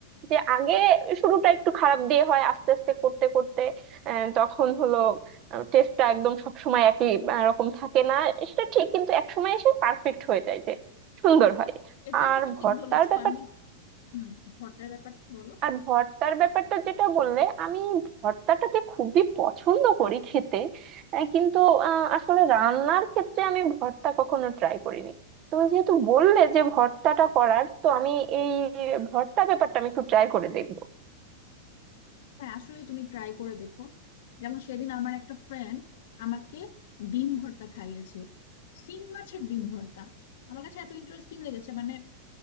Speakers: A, on the right (about 40°); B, on the left (about 70°).
A: যে আগে শুরুটা একটু খারাপ দিয়ে হয় আস্তে আস্তে করতে করতে আহ, তখন হলো টেস্টটা একদম সব সময় একই আহ, রকম থাকে না সেটা ঠিক কিন্তু এক সময় এসে পারফেক্ট হয়ে যায় যে সুন্দর হয়
B: এটা
A: আর
B: তুমি ঠিক
A: ভর্তার
B: বলেছো
A: ব্যাপার
B: আমি হুম ভর্তার ব্যাপারটা বলো
A: আর ভর্তার ব্যাপারটা যেটা বললে আমি ভর্তাটাকে খুবই পছন্দ করি খেতে আহ, কিন্তু আহ, আসলে রান্নার ক্ষেত্রে আমি ভর্তা কখনো ট্রাই করিনি তুমি যেহেতু বললে যে ভর্তাটা করার তো আমি এই ভর্তা ব্যাপারটা আমি একটু ট্রাই করে দেখবো
B: হ্যাঁ আসলে তুমি ট্রাই করে দেখো যেমন সেদিন আমার একটা ফ্রেন্ড আমাকে ডিম ভর্তা খাইয়েছে সিং মাছের ডিম ভর্তা আমার কাছে এত ইন্টারেস্টিং লেগেছে মানে